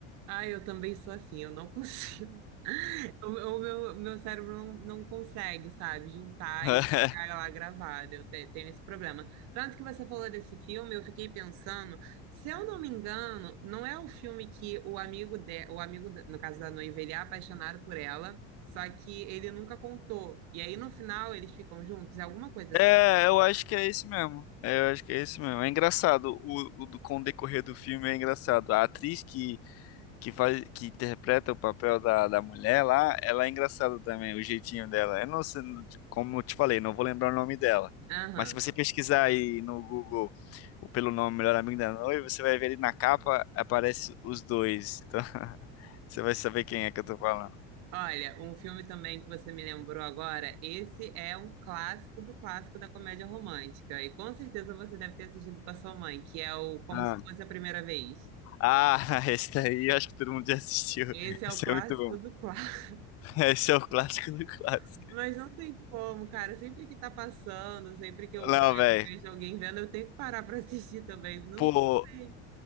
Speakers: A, on the right; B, on the left.
A: Ah, eu também sou assim, eu não consigo. <laughs> O, o meu, meu cérebro não, não consegue, sabe, juntar
B: <laughs>
A: e ficar lá gravado. Eu te- tenho esse problema. Tanto que você falou desse filme, eu fiquei pensando, se eu não me engano, não é o filme que o amigo de, o amigo, da- no caso da noiva, ele é apaixonado por ela, só que ele nunca contou. E aí no final eles ficam juntos, é alguma coisa assim.
B: É, eu acho que é esse mesmo. É, eu acho que é esse mesmo. É engraçado, o, o do- com o decorrer do filme é engraçado. A atriz que que faz, que interpreta o papel da, da mulher lá, ela é engraçada também, o jeitinho dela. Eu não sei, como eu te falei, não vou lembrar o nome dela.
A: Aham.
B: Mas se você pesquisar aí no Google o- pelo nome Melhor Amigo da Noiva, você vai ver ali na capa aparece os dois. Então, <laughs> você vai saber quem é que eu tô falando.
A: Olha, um filme também que você me lembrou agora, esse é um clássico do clássico da comédia romântica. E com certeza você deve ter assistido com a sua mãe, que é o Como
B: Ah,
A: se fosse a primeira vez.
B: ah, <laughs> esse daí eu acho que todo mundo já assistiu. <laughs>
A: Esse é
B: Esse
A: o clássico
B: é muito bom.
A: do clássico.
B: Esse é o clássico do clássico.
A: <laughs> Mas não tem como, cara. Sempre que tá passando, sempre que eu, eu
B: Não, velho.
A: vejo alguém vendo, eu tenho que parar para assistir também. Não
B: Pô,
A: sei,